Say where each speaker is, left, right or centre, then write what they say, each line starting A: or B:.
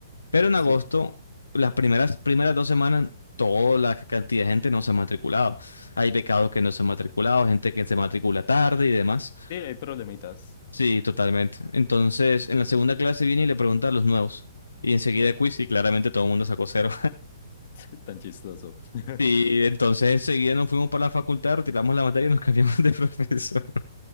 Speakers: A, on the left; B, on the left.
A: pero en
B: Sí.
A: agosto las primeras, primeras dos semanas toda la cantidad de gente no se ha matriculado. Hay becados que no se han matriculado, gente que se matricula tarde y demás.
B: Sí, hay problemitas.
A: Sí, totalmente. Entonces en la segunda clase viene y le pregunta a los nuevos y enseguida quiz y claramente todo el mundo sacó cero.
B: <laughs> Tan chistoso. <laughs>
A: Sí, entonces enseguida nos fuimos para la facultad, retiramos la materia y nos cambiamos de <laughs> profesor.